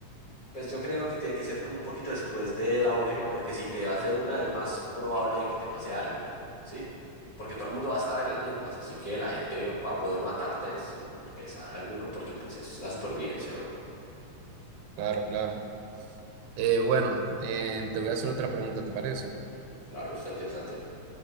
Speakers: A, on the left; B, on the right.
A: Pues yo creo que tiene que ser como un poquito después del auge, porque si te vas de una es más probable que te pase algo, ¿sí? Porque todo el mundo va a estar en las mismas, así que la gente va a poder matarte sin pesar alguno, porque pues es la supervivencia, bro.
B: claro, claro. Eh, bueno, em, te voy a hacer otra pregunta, ¿te parece?
A: Claro, está interesante.